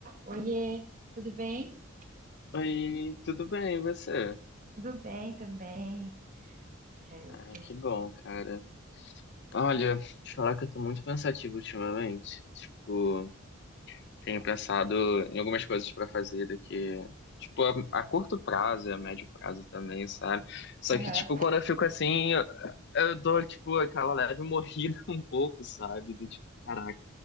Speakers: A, on the right; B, on the left.
A: Oiê, tudo bem?
B: Oi, tudo bem, e você?
A: Tudo bem também, tudo certo.
B: Ah, que bom, cara. Olha, te falar que eu tô muito pensativo ultimamente. Tipo, tenho pensado em algumas coisas pra fazer daqui, tipo, a, a curto prazo e a médio prazo também, sabe? Só
A: Aham.
B: que, tipo, quando eu fico assim, eu, eu dou, tipo, aquela leve morrida <laughs> um pouco, sabe? Do tipo, caraca,